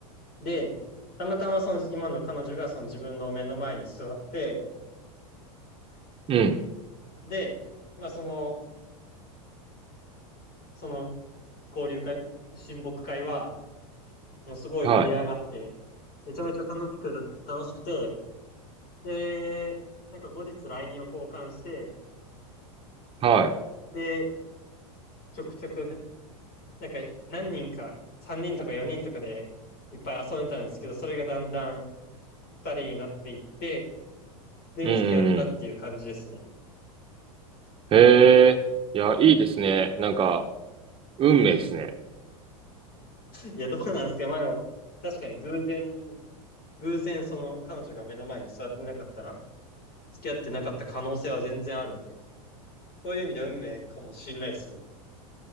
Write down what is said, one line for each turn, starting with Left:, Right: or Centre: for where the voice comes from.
Left: で、たまたまその今の彼女がその自分の目の前に座って、
Right: うん。
Left: で、まあその、その交流会、親睦会は、もうすごい盛り上がって、
Right: はい。
Left: めちゃめちゃ楽しく、楽しくて、で、なんか後日 LINE を交換して、
Right: はい。
Left: で、ちょくちょくふ、なんか何人か、3人とか4人とかでいっぱい遊んでたんですけど、それがだんだん2人になっていって、で、
Right: うんうんうん。
Left: 付き合ったっていう感じですね。
Right: へえ。いや、いいですね。なんか、運命ですね。
Left: <laughs> いや、どうなんですかまあでも、確かに偶然、偶然その彼女が目の前に座ってなかったら、付き合ってなかった可能性は全然あるんで、そういう意味では運命かもしれないですね。